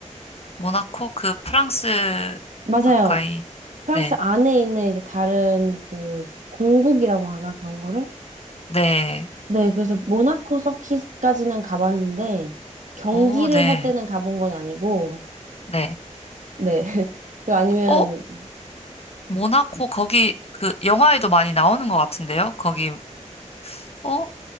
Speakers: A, on the left; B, on the right.
A: 모나코 그 프랑스
B: 맞아요.
A: 가까이.
B: 프랑스
A: 네.
B: 안에 있는 이제 다른 그 공국이라고 하나 그런 거를
A: 네.
B: 네, 그래서 모나코 서킷까지는 가봤는데 경기를
A: 오, 네.
B: 할 때는 가본 건 아니고
A: 네.
B: 네. <laughs> 그 아니면
A: 어?
B: 이제-
A: 모나코 거기 그 영화에도 많이 나오는 것 같은데요. 거기 어?